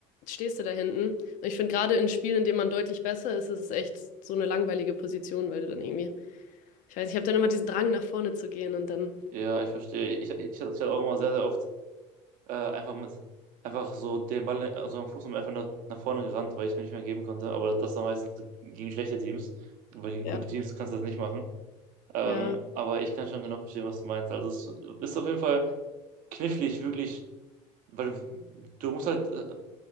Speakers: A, on the left; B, on the right.
A: stehst du da hinten. Und ich finde gerade in Spielen, in denen man deutlich besser ist, ist es echt so eine langweilige Position, weil du dann irgendwie, ich weiß nicht, ich habe dann immer diesen Drang nach vorne zu gehen und dann,
B: Ja, ich verstehe. Ich, ich, ich hatte auch immer sehr, sehr oft äh, einfach mit, einfach so den Ball, also am Fuß und einfach nach, nach vorne gerannt, weil ich es mir nicht mehr geben konnte. Aber das dann meistens gegen schlechte Teams, weil gegen
A: ja,
B: gute Teams kannst du das nicht machen. Ähm,
A: ja.
B: aber ich kann schon genau verstehen, was du meinst. Also es ist auf jeden Fall knifflig, wirklich, weil du, du musst halt äh,